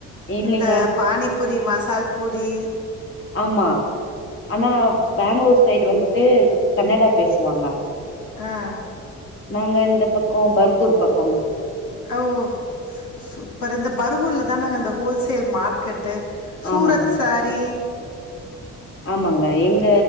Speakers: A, on the left (about 45°); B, on the left (about 75°).
A: இல்லைங்க
B: இந்த பாணிப் பூரி மசால் பூரி
A: ஆமா ஆனா பெங்களூர் சைடு வந்துட்டு கன்னடா பேசுவாங்க
B: ஆஹ்
A: நாங்க இந்த பக்கம் பகுரூ பக்க
B: ஓ சூப்பர் இந்த பருூர்ல தான் நாங்க அந்த ஹோல் சேல் மார்க்கெட்டு சூரத்
A: ஆமாங்க
B: சாரி
A: ஆமாங்க எங்க